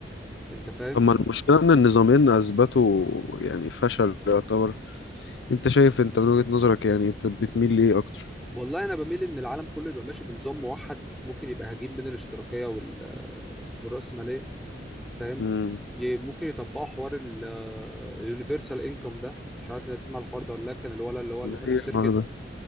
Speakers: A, in the centre; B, on the left.
A: انت فاهم
B: طب ما المشكلة ان النظامين اثبتوا يعني فشل يعتبر انت شايف انت من وجهة نظرك يعني انت بتميل ليه اكتر
A: والله انا بميل ان العالم كله يبقى ماشي بنظام موحد ممكن يبقى هجين بين الاشتراكيه وال والراسماليه فاهم
B: امم
A: ي- ممكن يطبقوا حوار اليونيفرسال انكم ده مش عارف انت تسمع الحوار ده ولا لا كان الولد اللي هو اللي
B: ايه
A: فاتح شركه
B: الحوار ده